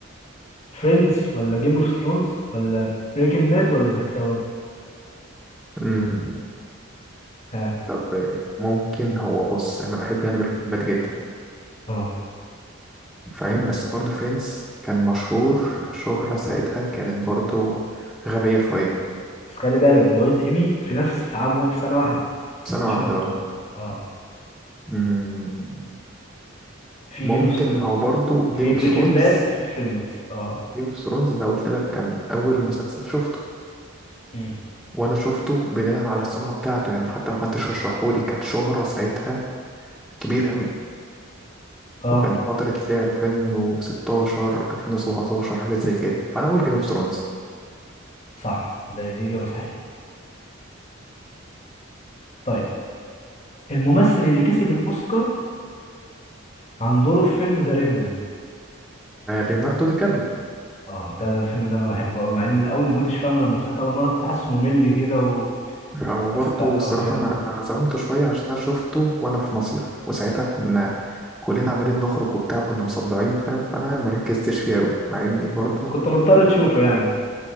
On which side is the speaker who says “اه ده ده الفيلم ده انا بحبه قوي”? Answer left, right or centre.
Left